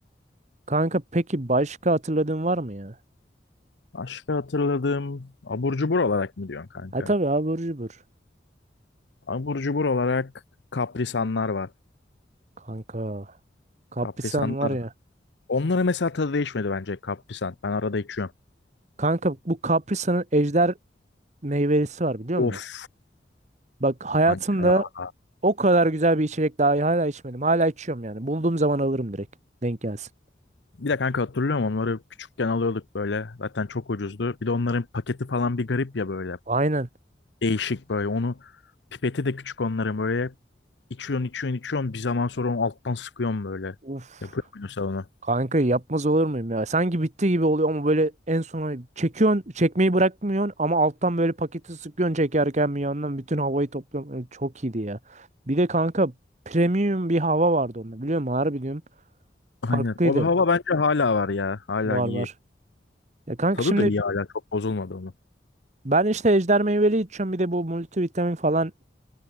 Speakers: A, on the right; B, on the left.
A: Kanka peki başka hatırladığın var mı ya?
B: Başka hatırladığım abur cubur olarak mı diyorsun kanka?
A: Ha tabii abur cubur.
B: Abur cubur olarak kaprisanlar var.
A: Kanka. Kaprisan
B: Kaprisanlar.
A: var ya.
B: Onlara mesela tadı değişmedi bence kaprisan. Ben arada içiyorum.
A: Kanka bu Kaprisan'ın ejder meyvelisi var biliyor
B: Of
A: musun? Bak hayatımda
B: Kanka.
A: o kadar güzel bir içecek daha hala içmedim. Hala içiyorum yani. Bulduğum zaman alırım direkt. Denk gelsin.
B: Bir de kanka hatırlıyorum onları küçükken alıyorduk böyle. Zaten çok ucuzdu. Bir de onların paketi falan bir garip ya böyle.
A: Aynen.
B: Değişik böyle. Onu pipeti de küçük onların böyle. İçiyorsun içiyorsun içiyorsun. Bir zaman sonra onu alttan sıkıyorsun böyle.
A: Uf.
B: Yapıyor musun sen onu?
A: Kanka yapmaz olur muyum ya? Sanki bitti gibi oluyor ama böyle en sona çekiyorsun, çekmeyi bırakmıyorsun ama alttan böyle paketi sıkıyorsun çekerken bir yandan bütün havayı topluyorsun. Ay, Çok iyiydi ya. Bir de kanka premium bir hava vardı onda biliyor musun? Harbi diyorum.
B: Aynen.
A: Farklıydı.
B: O hava bence hala var ya. Hala
A: Var
B: iyi.
A: var. Ya kanka
B: Tadı
A: şimdi
B: da iyi hala. Çok bozulmadı onun.
A: ben işte ejder meyveli içiyorum bir de bu multivitamin falan